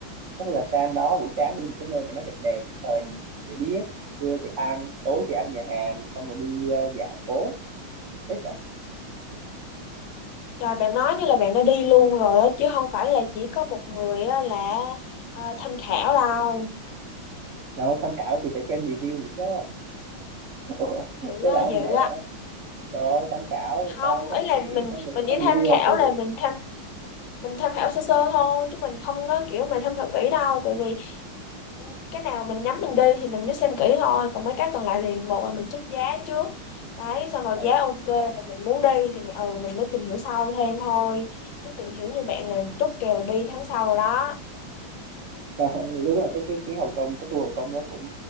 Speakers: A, on the right; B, on the left.
A: tức là sang đó buổi sáng đi một cái nơi nào đó đẹp đẹp chụp hình để biết trưa thì ăn tối thì ăn nhà hàng xong rồi đi ờ, dạo phố hết á
B: Trời bạn nói như là bạn đã đi luôn rồi á, chứ không phải là chỉ có một người á là ờ, tham khảo đâu
A: đâu tham khảo thì phải xem review vậy chứ <laughs> Ủa,
B: dữ
A: chứ
B: á,
A: bà không
B: dữ
A: vậy
B: á
A: hả rồi tham khảo
B: không
A: coi các
B: ý là
A: địa điểm
B: mình
A: xong rồi
B: mình
A: phải có
B: chỉ
A: reviewer
B: tham khảo
A: chứ
B: là mình tham mình tham khảo sơ sơ thôi chứ mình không có kiểu mà tham khảo kỹ đâu tại vì ừ, cái nào mình nhắm mình đi thì mình mới xem kỹ thôi còn mấy cái còn lại thì một là mình check giá trước đấy xong rồi
A: Ờ,
B: giá ok rồi mình muốn đi thì mình ừ mình mới tìm hiểu sau thêm thôi chứ tìm hiểu như bạn là chốt kèo đi tháng sau rồi đó
A: còn, đúng là cái cái cái Hồng Kông cái tour Hồng Kông đó cũng